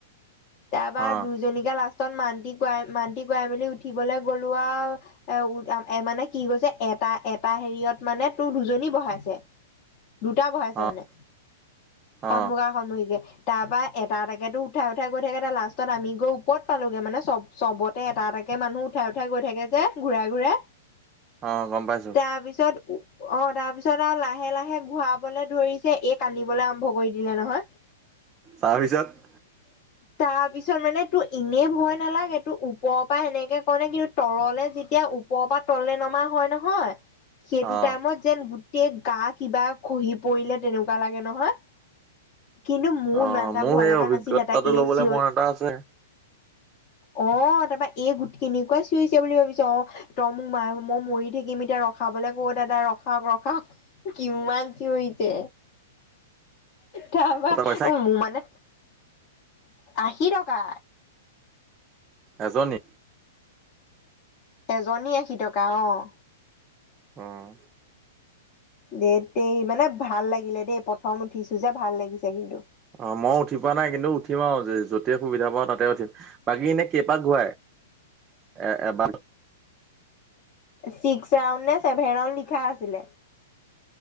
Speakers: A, on the left (about 45°); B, on the right (about 25°).
A: তাপা
B: অ',
A: দুইজনীকে লাষ্টত মান্তি কোৱাই মান্তি কোৱাই মেলি উঠিবলে গলো আও এ মানে কি কৈছে এটা এটা হেৰিয়ত মানে তোৰ দুজনী বহাইছে দুটা বহাইছে
B: অ',
A: মানে সন্মুখা
B: অ',
A: সন্মুখীকে তাপা এটা এটাকেতো উঠাই উঠাই গৈ থাকে তাৰ লাষ্টত আমি গৈ ওপৰত পালোগে মানে চব চবতে এটা এটাকে মানুহ উঠাই উঠাই গৈ থাকে যে ঘূৰাই ঘূৰাই
B: অ গম পাইছো
A: তা পিছত অ তাৰ পিছত আও লাহে লাহে ঘূৰাবলে ধৰিছে এই কান্দিবলে আৰম্ভ কৰি দিলে নহয় <inaudible>
B: তাৰপিছত?
A: <unintelligible> তাৰ পিছত মানে, তোৰ এনে ভয় নালাগে? তোৰ ওপৰৰ পৰা এনেকে কৰে, কিন্তু তললে যি যেতিয়া ওপৰৰ পৰা তললে নমা হয় নহয়, সেইটো
B: অ',
A: টাইমত যেন গোটেই গা কিবা খহি পৰিলে তেনেকুৱা লাগে নহয়। কিন্তু মোৰ
B: অ',
A: ইমান এটা
B: মোৰ
A: ভয়
B: সেই
A: লগা
B: অভিজ্ঞতাটো
A: নাছিলে, তাই এৰ
B: ল'বলে
A: চিঞৰ
B: মন এটা আছে।
A: অ' তাৰপা, এ গোট কেনেকুৱা চিঞৰিছে বুলি ভাবিছ অ'! তই মোক মাৰ, মই মৰি থাকিম এতিয়া। ৰখাবলে ক দাদা ৰখাওক, ৰখাওক। কিমান চিঞৰিছে। তাৰপা,
B: পইচা
A: মোৰ মানে আশী টকা।
B: এজনী?
A: এজনী আশী টকা অ'।
B: অঁ।
A: দে তেই মানে ভাল লাগিলে দেই প্ৰথম উঠিছোঁ যে ভাল লাগিছে কিন্তু।
B: অ' মইয়ো উঠি পোৱা নাই, কিন্তু উঠিম আৰু য'তে সুবিধা পাওঁ তাতে উঠিম। বাকী, এনে কেইপাক ঘূৰাই? এ এপাক
A: ছিক্স ৰাউণ্ড নে ছেভেন ৰাউণ্ড লিখা আছিলে।